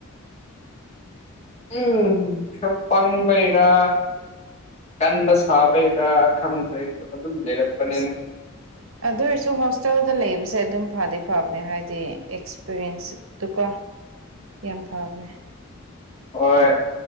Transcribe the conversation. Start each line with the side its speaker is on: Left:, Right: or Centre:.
Left: ꯎꯝ ꯈꯔ ꯄꯪꯕꯩꯔꯥ ꯀꯟꯕ ꯁꯥꯕꯩꯔꯥ ꯈꯪꯗ꯭ꯔꯦ ꯑꯩꯁꯨ ꯑꯗꯨꯝ ꯂꯩꯔꯛꯄꯅꯦꯅ
Right: ꯑꯁ ꯑꯗꯨ ꯑꯣꯏꯔꯁꯨ ꯍꯣꯁꯇꯦꯜꯗ ꯂꯩꯕꯁꯦ ꯑꯗꯨꯝ ꯐꯗꯤ ꯐꯕꯅꯦ ꯍꯥꯏꯗꯤ ꯑꯦꯛꯁ ꯑꯦꯛꯁꯄꯤꯔꯤꯌꯦꯟꯁꯇꯨꯀꯣ ꯌꯥꯝ ꯐꯕꯅꯦ꯫
Left: ꯍꯣꯏ